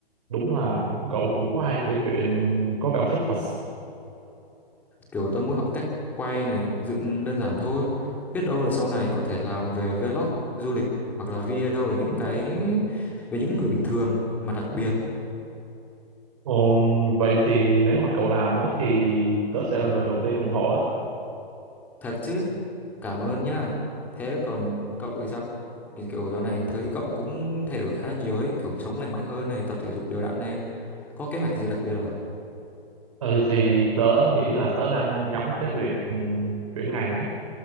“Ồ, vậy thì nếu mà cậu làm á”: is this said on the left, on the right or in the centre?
Right